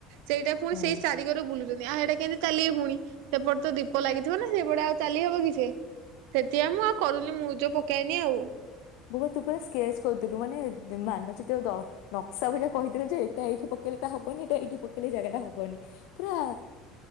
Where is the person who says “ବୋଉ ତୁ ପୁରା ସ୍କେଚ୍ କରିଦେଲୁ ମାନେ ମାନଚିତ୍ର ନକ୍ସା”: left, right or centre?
Left